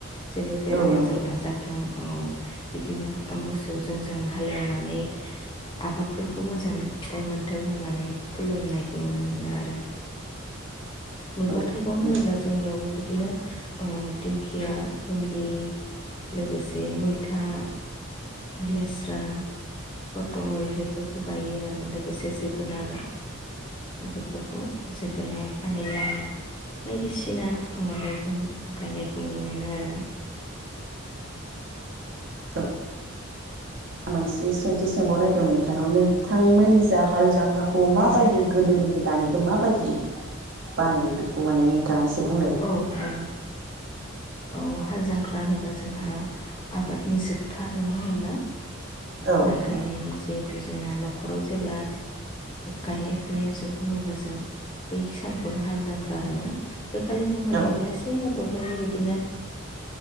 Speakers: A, on the left; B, on the right.
A: जेबो बेराम
B: औ नंगौ
A: आजारदाजाथों उम बिदिनो मोसौजों जों हालोवनानै आबादफोरखौ मोजां फिथाइ मोनथों होननानै खुलुमनायखौ नुनो मोनो आरो। मैगं
B: औ
A: थाइगं
B: नंगौ
A: होनोब्ला जोंनियावबो बिदिनो दिंखिया भिन्दि लोगोसे मैथा लेस्रा फटल बेफोरखौ गायो आरो। आरो लोगोसे जोगोनार बेफोरखौ जोगोनार पानिलाउ बायदिसिना मैगं गायनायखौ नुनो मोनो आरो।
B: <unintelligible> मोनसे सोंथि सोंबावनायदों नोंथांनाव नों नोंथांमोननि जाय हाल जांख्राखौ खौ माबायदि
A: औ
B: गोदोनि दानिजों माबायदि बानायो बेखौ माने नुथाङा एसे बुंलाय
A: औ औ औ हाल जांख्रा होनोब्ला जोंहा आबादनि जोबथा नङा होनब्ला
B: औ
A: माइ
B: नंगौ
A: गायनायनि जे जोंहा न'खराव जेब्ला गायनाय फुनाया जोबगोन अब्ला जों बै सानखौनो हाल जांख्रा होनो बैखालि जोंहा
B: औ
A: दब्लायसे बा दब नोंनो बिदिनो